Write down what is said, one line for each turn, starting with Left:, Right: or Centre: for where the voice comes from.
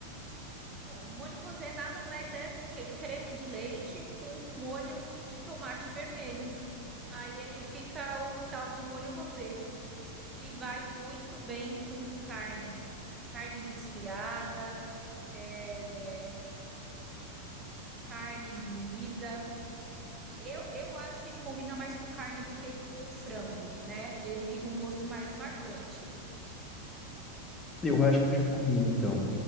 Right: Bom, molho rosé nada mais é do que creme de leite com molho de tomate vermelho. Aí ele fica o tal do molho rosé, que vai muito bem com carne, carne desfiada, é, carne moída. Eu, eu acho que ele combina mais com carne do que com frango, né? Ele fica um gosto mais marcante.
Left: Eu acho que eu já comi, então.